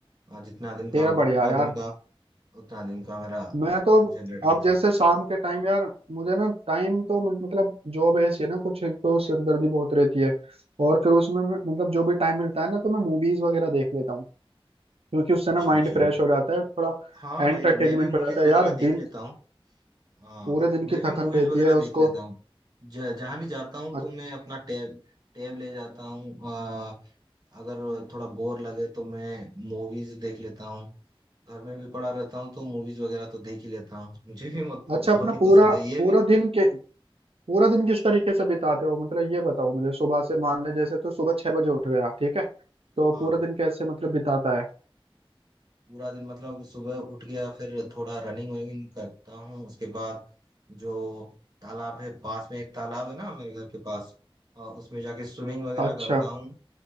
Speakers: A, on the right; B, on the right.
A: अ, जितना दिन
B: तेरा
A: काम करूँ
B: बढ़िया
A: उतना
B: है यार
A: दिन का उतना दिन का मेरा
B: मैं तो
A: जनरेट होता
B: अब जैसे
A: है
B: शाम के टाइम यार मुझे ना टाइम तो मतलब जॉब ऐसी है ना कुछ एक तो सिरदर्दी बहुत रहती है और फिर उसमें मैं- मतलब जो भी टाइम मिलता है ना तो मैं मूवीज वगैरह देख लेता हूँ क्योंकि उससे
A: अच्छा
B: ना माइंड
A: अच्छा
B: फ्रेश हो जाता है थोड़ा
A: हाँ
B: एंटरटेनमेंट
A: भाई मैं भी मूवीज
B: हो जाता
A: वगैरह
B: है यार दिन
A: देख लेता हूँ हाँ
B: पूरे दिन
A: मैं
B: की थकन
A: भी मूवीज
B: रहती
A: वगैरह
B: है
A: देख
B: उसको
A: लेता हूँ ज- जहाँ भी जाता हूँ
B: अ-
A: तो मैं अपना टैब टैब ले जाता हूँ अ, अगर थोड़ा बोर लगे तो मैं मूवीज देख लेता हूँ घर में भी पड़ा रहता हूँ तो मूवीज वगैरह तो देख ही लेता हूँ <laughs> मुझे भी मतलब
B: अच्छा
A: बहुत
B: अपना
A: ही
B: पूरा
A: पसंद है ये
B: पूरा
A: भी
B: दिन के पूरा दिन किस तरीके से बिताते हो मतलब ये बताओ मुझे सुबह से मान ले जैसे तो सुबह छह बजे उठ गया ठीक है तो
A: हाँ
B: पूरा दिन कैसे मतलब बिताता है
A: पूरा दिन मतलब सुबह उठ गया फिर थोड़ा रनिंग वनिंग करता हूँ उसके बाद जो तालाब है पास में एक तालाब है ना मेरे घर के पास अ, उसमें जाके स्विमिंग वगैरह
B: अच्छा
A: करता हूँ